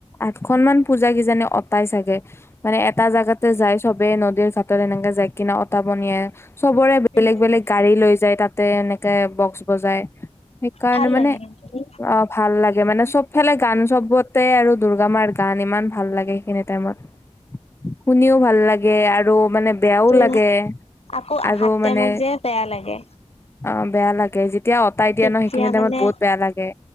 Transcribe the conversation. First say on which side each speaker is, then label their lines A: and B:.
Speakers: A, on the left; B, on the left.
A: আঠখনমান পূজা কিজানি অতাই চাগে। মানে এটা জাগাতে যায় চবে নদীৰ ঘাটত এনেকে যায় কিনে অতাব নিয়ে। চবৰে বেলেগ
B: উম
A: - বেলেগ গাড়ী লৈ যায় তাতে এনেকে বক্স বজাই সেইকাৰণে
B: ভাল
A: মানে
B: লাগে কিন্তু
A: আপ ভাল লাগে মানে চবফালে গান চবতে আৰু দুৰ্গা মাৰ গান ইমান ভাল লাগে সেইখিনিত টাইমত, শুনিওঁ ভাল লাগে আৰু মানে বেয়াও
B: ত'
A: লাগে
B: আকৌ
A: আৰু
B: আহাত টাইমত
A: মানে
B: যে বেয়া লাগে
A: অ' বেয়া লাগে যেতিয়া অঁতাই দিয়া
B: তেতিয়া
A: ন' সেইখিনি টাইমত
B: মানে
A: বহুত বেয়া লাগে।